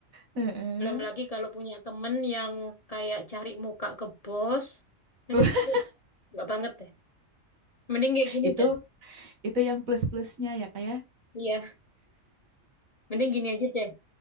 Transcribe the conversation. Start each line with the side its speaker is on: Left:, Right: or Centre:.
Right: heeh.
Left: Belum lagi kalau punya temen yang kayak cari muka ke bos. Aduh,
Right: <laughs>
Left: nggak banget deh. Mending kayak gini
Right: Itu
Left: deh.
Right: itu yang plus-plusnya ya kayak
Left: Iya, mending gini aja deh.